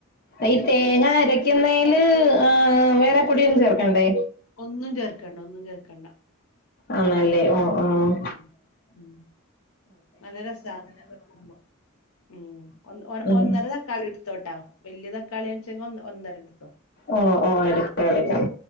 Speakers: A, on the left; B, on the left.
A: ഈ തേങ്ങ അരക്കുന്നേൽ ആഹ് വേറെ പൊടിയൊന്നും ചേർക്കണ്ടേ
B: ഒന്നും ചേർക്കണ്ട ഒന്നും ചേർക്കണ്ട
A: ആണല്ലേ ഓ ആഹ്
B: ഉം ഉം നല്ല രസ അങ്ങനെ വെക്കുമ്പോ ഉം
A: ഉം
B: ഒന്നര തക്ക ളിടുത്തോട്ടാ വലിയ തക്ക കളണിച്ച ഒന്നര എടുത്തോ
A: ഓ ഓ എടുക്കാം എടുക്കാം